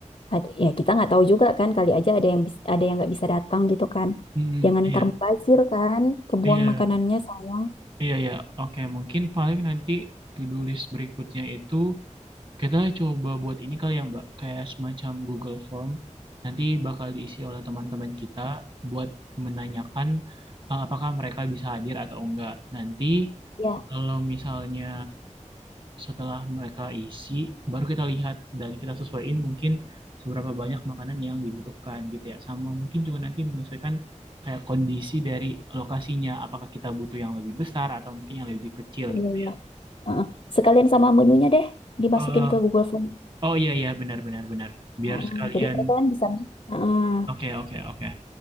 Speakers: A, on the left; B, on the right.
A: ada, ya kita nggak tahu juga kan kali aja ada yang bis- ada yang nggak bisa datang gitu kan.
B: Hmm,
A: Jangan
B: iya,
A: ntar mubazir kan, kebuang
B: iya,
A: makanannya sayang.
B: iya, iya. Oke, mungkin paling nanti to-do list berikutnya itu Kita coba buat ini kali ya, Mbak, kayak semacam Google Form. Nanti bakal diisi oleh teman-teman kita buat menanyakan eh, apakah mereka bisa hadir atau enggak. Nanti
A: Ya,
B: kalau misalnya setelah mereka isi, baru kita lihat dan kita sesuaiin mungkin seberapa banyak makanan yang dibutuhkan gitu ya. Sama mungkin juga nanti menyesuaikan kayak kondisi dari lokasinya, apakah kita butuh yang lebih besar atau mungkin yang lebih kecil
A: iya
B: gitu
A: iya.
B: ya.
A: Heeh. Sekalian sama menunya deh dimasukin
B: Eh,
A: ke Google Form.
B: oh iya iya benar benar benar. Biar
A: Heeh,
B: sekalian
A: Jadi mereka kan bisa. Heeh.
B: Oke, oke, oke.